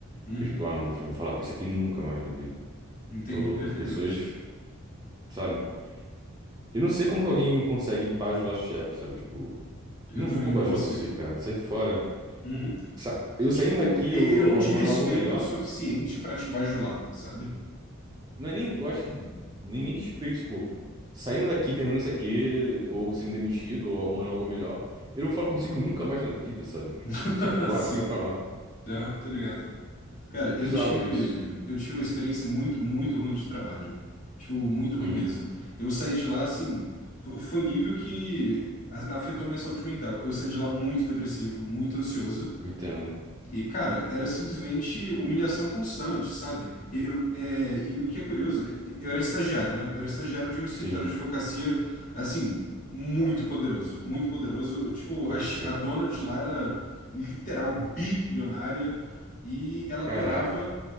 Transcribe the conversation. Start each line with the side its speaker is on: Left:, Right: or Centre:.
Left: Uhum.
Right: Fiquei tipo, ah, não vou, não vou falar com isso aqui nunca mais na vida.
Left: Entendo
Right: Tô louco,
Left: perfeitamente.
Right: pessoas, sabe? Eu não sei como que alguém consegue bajular chefe, sabe? Tipo,
Left: Eu
Right: não
Left: também
Right: vou
Left: não
Right: bajular
Left: consigo.
Right: você, cara, sai fora.
Left: Uhum.
Right: Sa-
Left: É,
Right: Eu
Left: tipo,
Right: saindo daqui,
Left: e-
Right: eu
Left: eu não
Right: eu
Left: te
Right: arrumando
Left: respeito
Right: algo melhor.
Left: o suficiente pra te bajular, sabe?
Right: Não é nem, eu acho, que nem, nem respeito, tipo, saindo daqui, terminando isso aqui, ou sendo demitido, ou arrumando algo melhor. Eu não vou falar contigo nunca mais na vida, sabe? Tipo,
Left: <laughs>
Right: sai fora,
Left: Sim.
Right: vai pra lá.
Left: Aham, tô ligado. Cara,
Right: É bizarro
Left: eu tive,
Right: isso.
Left: eu tive uma experiência muito, muito ruim de trabalho. Tipo, muito ruim
Right: Hum,
Left: mesmo. Eu saí de lá, assim, fo- foi nível que a- afetou minha saúde mental. Eu saí de lá muito depressivo, muito ansioso.
Right: entendo.
Left: E, cara, era simplesmente humilhação constante, sabe? E, eu- é, e- e o que é curioso, é- eu era estagiário, né? Eu era estagiário de um escritório
Right: Sim,
Left: de advocacia, assim, muito poderoso, muito poderoso. Tipo,
Right: pode
Left: a, che-
Right: crer.
Left: a dona de lá era literal bilionária e ela
Right: Caraca.
Left: adorava